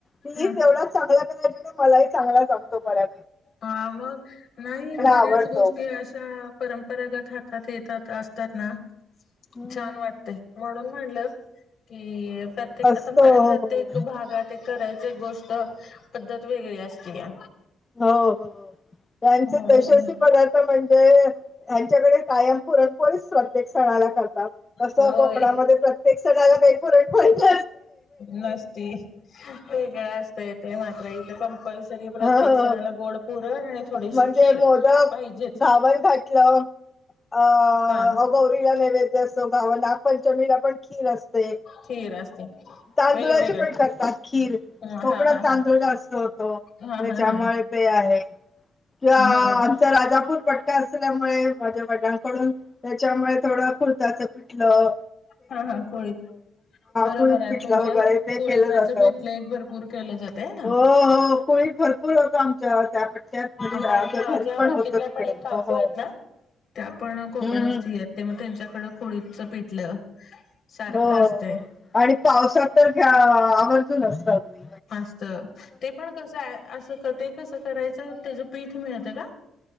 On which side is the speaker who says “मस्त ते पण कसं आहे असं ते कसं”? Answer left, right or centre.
Left